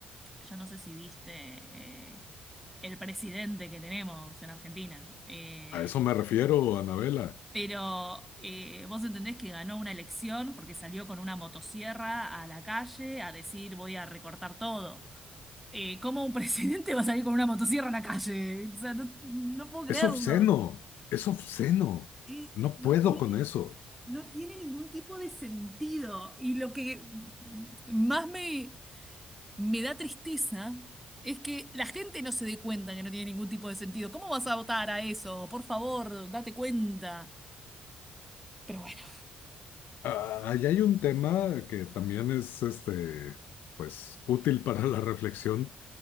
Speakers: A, in the centre; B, on the left.
A: yo no sé si viste eh, el presidente que tenemos en Argentina, eh,
B: A eso me refiero, Anabela.
A: pero eh, vos entendés que ganó una elección porque salió con una motosierra a la calle a decir voy a recortar todo. Eh, ¿cómo un <laughs> presidente va a salir con una motosierra a la calle? O sea, no, no puedo creerlo.
B: Es obsceno, es obsceno.
A: Y
B: No
A: no
B: puedo
A: tiene,
B: con eso.
A: no tiene ningún tipo de sentido. Y lo que más me... me da tristeza es que la gente no se dé cuenta que no tiene ningún tipo de sentido. ¿Cómo vas a votar a eso? Por favor, date cuenta. Pero bueno.
B: Ah, ahí hay un tema que también es este, pues, útil para la reflexión.